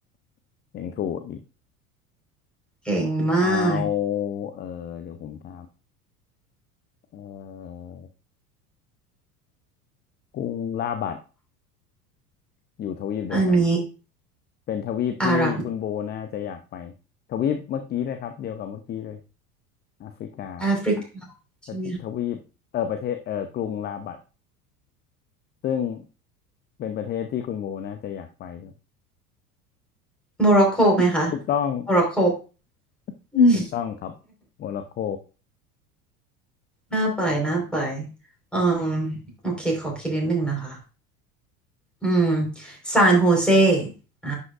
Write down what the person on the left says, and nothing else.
ยังถูกอีก
เอา เออ เดี๋ยวผมทำเออกรุงลาบัด อยู่ทวีปเดียวกัน
เป็นทวีปที่คุณโบน่าจะอยากไป
ทวีปเมื่อกี้เลยครับเดียวกับเมื่อกี้เลยแอฟริกา
ประเทศทวีปเออประเทศเออกรุงราบัดซึ่งเป็นประเทศที่คุณโบน่าจะอยากไปด้วย
ถูกต้อง
<laughs>
ถูกต้องครับโมร็อกโก